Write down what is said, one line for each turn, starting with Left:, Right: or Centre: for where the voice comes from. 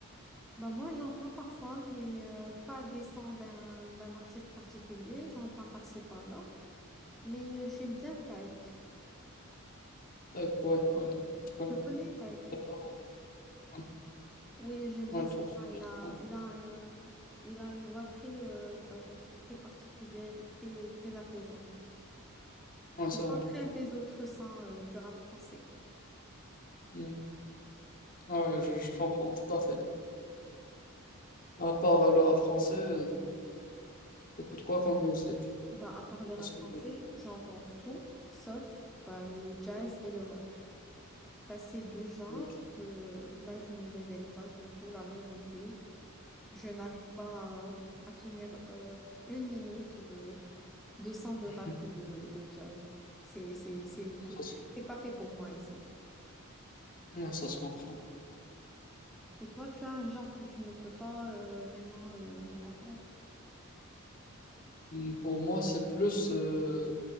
Centre: Bah, moi, j'entends parfois, mais euh, pas des sons d'un d'un artiste particulier. J'entends par-ci, par-là. Mais euh, j'aime bien Taïk.
Left: Ouais, ouais, ouais. Je connais.
Centre: Tu connais Taïk?
Left: T'as bien entendu. Ouais,
Centre: Oui, j'aime bien
Left: Ouais, je
Centre: ce
Left: trouve
Centre: son.
Left: que c'est bien.
Centre: Il a,
Left: Ouais,
Centre: il a, un- il a une voix très... euh, bah, je la trouve très particulière et très, très apaisante.
Left: ouais c'est
Centre: Au contraire
Left: vrai.
Centre: des autres sons euh, du rap français.
Left: Hmm. Ah ouais, je, je comprends tout à fait. À part euh, le rap français, euh, t'écoutes quoi comme musique?
Centre: Bah, à part le rap
Left: Parce
Centre: français,
Left: que, euh,
Centre: j'entends tout, sauf bah, le jazz et le rock. Bah, ces deux genres,
Left: ok,
Centre: je, bah, je ne les aime pas du tout, la vérité. Je n'arrive pas à, à finir euh, une minute de, de son de
Left: <laughs>
Centre: rock ou de, de jazz. C'est, c'est, c'est tout.
Left: ça se,
Centre: C'est pas fait pour moi et c'est tout.
Left: ouais, ça se comprend.
Centre: Et toi, tu as un genre que tu ne peux pas euh, vraiment euh, entendre?
Left: Hmm, Pour moi, c'est plus euh,